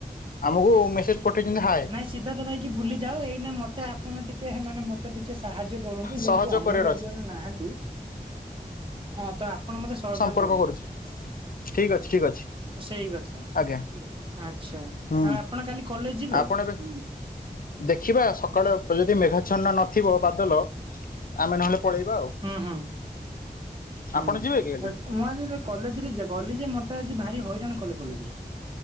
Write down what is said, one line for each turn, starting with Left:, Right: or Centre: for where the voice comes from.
Left: ଆମକୁ ମେସେଜ ପଠେଇଛନ୍ତି ହାଏ
Right: ନାଇଁ ସିଧା ତ ଭାଇକି ଭୁଲି ଯାଅ। ଏଇ ମତେ ଆପଣ ଟିକେ ହେ ମାନେ ମ ତ ଟିକେ ସାହାଯ୍ୟ କରନ୍ତୁ।
Left: ସହଯୋଗ
Right: ଯେହେତୁ ଅମୁଲ
Left: କରିବାର
Right: ବାବୁ
Left: ଅଛି
Right: ଏଇନା ନାହାନ୍ତି। ହଁ ତ ଆପଣ ମତେ ସହଯୋଗ
Left: ଉପରକୁ
Right: କରନ୍ତୁ।
Left: କରୁଛି ଠିକ ଅଛି ଠିକ ଅଛି।
Right: ସେଇ କଥା ଠିକ
Left: ଆଜ୍ଞା
Right: ଅଛି ଠିକ ଅଛି। ଆଛା
Left: ହୁଁ
Right: ଆଉ ଆପଣ କାଲି କଲେଜ ଯିବେ।
Left: ଆପଣ
Right: ହୁଁ
Left: ଏବେ
Right: ।
Left: ଦେଖିବା ସକାଳେ ଯଦି ମେଘା ଛନ ନଥିବ ବାଦ ଲ ଆମେ ନହେଲେ ପଳେଇବା ଆଉ।
Right: ହୁଁ ହୁଁ
Left: ଆପଣ
Right: ହୁଁ
Left: ଯିବେ କି କାଲି?
Right: ଆ ମୁଁ ଆଜି କଲେଜ ରେ ଗଲି ଯେ ମତେ ଆଜି ଭାରି ହଇରାଣ କଲେ କଲେଜ ରେ।